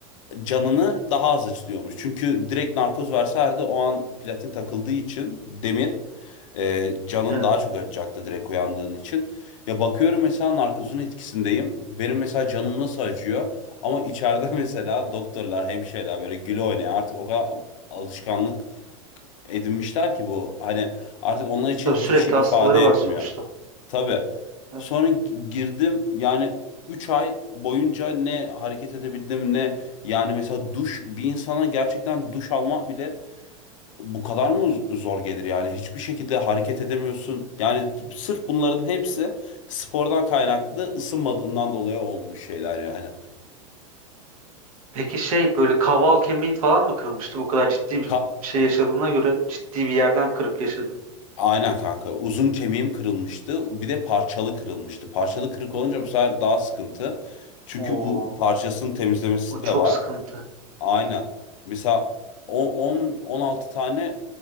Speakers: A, on the left; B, on the right.
A: canını daha az acıtıyormuş. Çünkü direkt narkoz verselerdi o an platin takıldığı için demir e, canın
B: Evet.
A: daha çok acıtacaktı direkt uyandığın için. Ya bakıyorum mesela narkozun etkisindeyim. Benim mesela canım nasıl acıyor? Ama içeride <laughs> mesela doktorlar, hemşireler böyle güle oynaya artık o kadar alışkanlık edinmişler ki bu. Hani artık onlar için
B: Tabii
A: hiçbir
B: sürekli
A: şey
B: hastaları
A: ifade
B: var
A: etmiyor.
B: sonuçta.
A: Tabii.
B: Evet.
A: Sonra girdim yani 3 ay boyunca ne hareket edebildim ne yani mesela duş bir insana gerçekten duş almak bile bu kadar mı zor gelir yani hiçbir şekilde hareket edemiyorsun. Yani sırf bunların hepsi spordan kaynaklı ısınmadığımdan dolayı olmuş şeyler yani.
B: Peki şey böyle kaval kemiğin falan mı kırılmıştı? Bu kadar ciddi bir
A: Ka-
B: şey yaşadığına göre ciddi bir yerden kırık yaşadın.
A: Aynen kanka. Uzun kemiğim kırılmıştı. Bir de parçalı kırılmıştı. Parçalı kırık olunca bu sefer daha sıkıntı. Çünkü
B: Oo,
A: bu parçasının temizlemesi
B: o
A: de
B: çok
A: var.
B: sıkıntı.
A: Aynen. Mesela on on altı tane